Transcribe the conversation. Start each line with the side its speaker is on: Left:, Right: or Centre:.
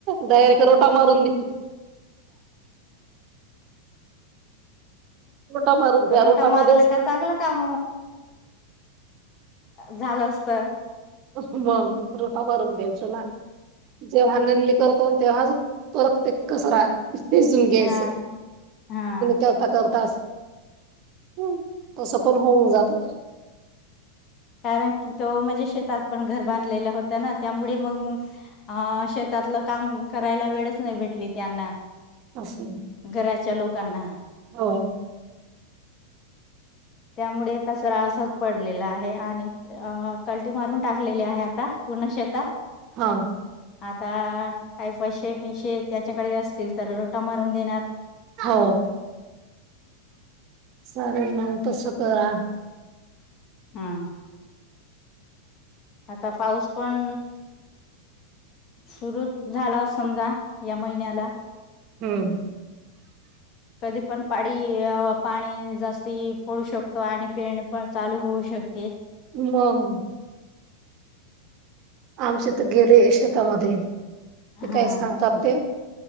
Right: डायरेक्ट तररोटा मारून देत. रोटा मारून द्या
Left: रोटा
Right: रोटामध्येच
Left: मारलं का चांगलं काम झालं असत.
Right: मग रोटा भरून द्यायच ना. जेव हानन लकर होण तेव्हाच परत ते कचरा. <unintelligible> घ्यास
Left: हा हा
Right: करता करता अस. हम तसं पण होऊन जात.
Left: कारण की तो म्हणजे शेतात पण घर बांधलेल्या होता ना त्यामुळे मग अं शेतातलं काम करायला वेळच नाही भेटली त्यांना.
Right: असं
Left: घराच्या लोकांना
Right: हो.
Left: त्यामुळे कचरा असाच पडलेला आहे आणि अ कलटी मारून टाकलेली आहे आता. पूर्ण शेतात
Right: हो
Left: आता काय पैसे पैसेे त्याच्याकडे असतील तर रोटा मारून देणार.
Right: हो चालेल, म्हणे तस करा.
Left: हम. आता पाऊस पण सुरु झाला समजा या महिन्याला
Right: हम्म.
Left: कधी पण पाडी पाणी जास्ती पडू शकतो आणि पेरणी पणचालू होऊ शकतो. शकते.
Right: मग आमच्यात गेले शेतीमध्ये.
Left: हा
Right: ते काय संपतात ते.